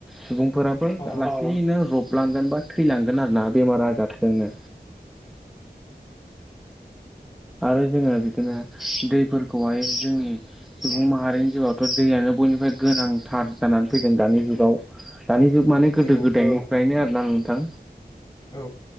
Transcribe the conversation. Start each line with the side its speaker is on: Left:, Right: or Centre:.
Centre: सुबुंफोराबो
Left: औ
Centre: लासैनो रबलांगोन बा थैलांगोन आरोना बेमार आजार जोंनो आरो जोङो बिदिनो दैफोरखौहाय जोंनि सुबुं माहारिनि जिउआवथ' दैयानो बयनिफ्राय गोनांथार जानानै फैदों दानि जुगाव दानि जुग माने गोदो
Left: औ
Centre: गोदायनि फ्रायनो आरोना नोंथां।
Left: औ